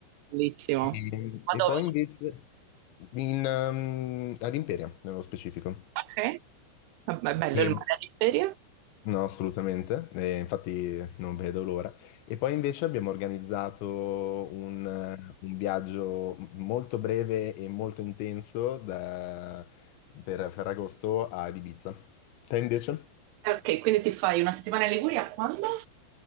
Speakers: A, on the right; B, on the left.
A: Bellissimo.
B: E,
A: Ma
B: e
A: dove?
B: poi invece in, ehm, ad Imperia, nello specifico.
A: Ok, vabbè, è bello
B: E-
A: il mare all'Imperia.
B: no, assolutamente, e infatti non vedo l'ora. E poi invece abbiamo organizzato un, eh, un viaggio molto breve e molto intenso da- per Ferragosto ad Ibiza. Te invece?
A: Eh, Ok, quindi ti fai una settimana in Liguria quando?